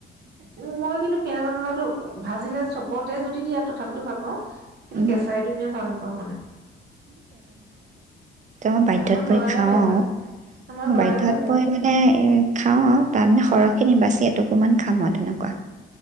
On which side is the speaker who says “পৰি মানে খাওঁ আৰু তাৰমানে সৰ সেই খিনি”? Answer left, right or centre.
Right